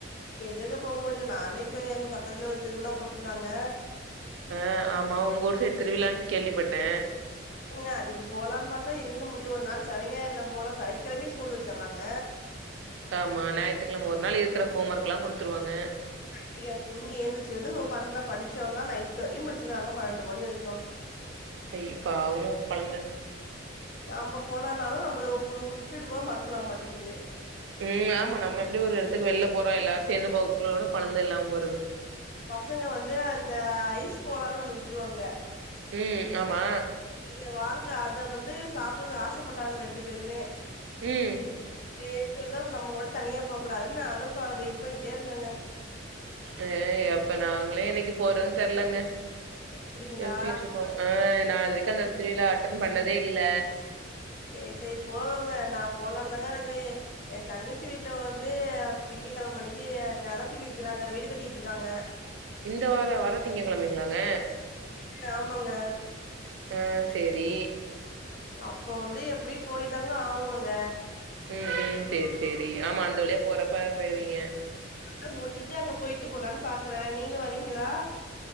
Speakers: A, on the left; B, on the right.
A: எங்கங்க போக முடிது நானு இப்ப எ எங்க பக்கத்துல ஒரு திருவிழா போட்ருக்காங்க
B: ஆ ஆமா உங்க ஊர் சைடு திருவிழான்னு கேள்விப்பட்டே
A: எங்கங்க அதுக்கு போலானு பாத்தா எங்கங்க முடியுது ஒரு நாள் சனி ஞாயிறுல போலா சனிக்கெழமையு ஸ்கூல் வச்சுர்றாங்க
B: ஆமா ஞாயித்துக்கெழம ஒரு நாள் இருக்கிற ஹோம் ஒர்க்லா குடுத்துருவாங்க
A: லையா தூங்கி ஏந்திச்சது பண்ண படிச்சவந்தா நைட்டு வரைக்கு படிச்சிர்றாங்க பன்னெண்டு மணி வரைக்கு
B: ஐய பாவங்க கொழந்த
A: நம்ப போனானாலு நம்பள புலு விட்டுட்டு போக மனசு வரமாட்டிங்கிது
B: ம் ஆமா நம்ம எப்டி ஒரு எடத்துக்கு வெளில போறோ எல்லாரு சேந்து போகப்போனாலு கொழந்த இல்லாம போறது
A: பசங்க வந்து அந்த ஐஸ் கோலான்னு ஒன்னு விக்குவாங்க
B: ம் ஆமா
A: இங்க வாங்குற அத வந்து சாப்பிட்றதுக்கு ஆசப்பட்டாங்க ரெண்டு பேருமே
B: ம்
A: சேரின்னு சொல்ட்டுதா அப்ப நம்ம மட்டு தனியா போக்கூடாதுன்னு நானுக்கா வெயிட் பண்ணிகிட்டே இருக்கங்க
B: அ எப்ப நாங்களே என்னைக்கு போறோன் தெர்லங்க
A: அப்டிங்களா
B: யோசிச்சுட்ருக்கோ ஆ நா அது வரைக்கு அந்த திருவிழா அட்டன்ட் பண்ணதே இல்ல
A: சேரி சேரி போவோங்க நா போலான்ந்தாங்க அழைத்ததே எ தங்கச்சி வீட்ல வந்து திங்கக்கெழம அன்னைக்கி நெல தூக்கி வக்கிறாங்க வீடு கட்டிட்ருக்காங்க
B: இந்த வார வர திங்கக்கெழமைங்ளாங்க
A: ஆமங்க
B: ஆ சேரி
A: அப்ப வந்து எப்டியு போய் தாங்க ஆகணு அங்க
B: ம் ம் சேரி சேரி ஆமா அந்த வழியா போறப்ப போயிருவீங்க
A: ஆ முடிச்சுட்டு அங்க போயிட்டு போலான் பாக்குறே நீங்க வரீங்ளா